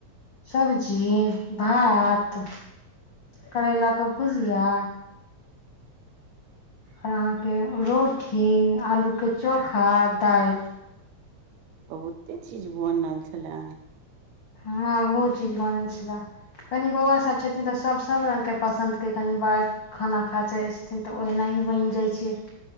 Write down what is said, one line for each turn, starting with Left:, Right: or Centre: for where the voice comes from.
Left: सब्जी भात, करेला के भुजिया और अहाँ के रोटी, आलू के चोखा, दाएल।
Right: बहुते चीज बनल छलै अहाँ के।
Left: हाँ बहुत चीज बनल छला। कनि बौउआ सब छथिन ते सब सब रंग के पसन्द के कनि बार खाना खा चाहै छथिन ते ओहनाही बैन जाय छै,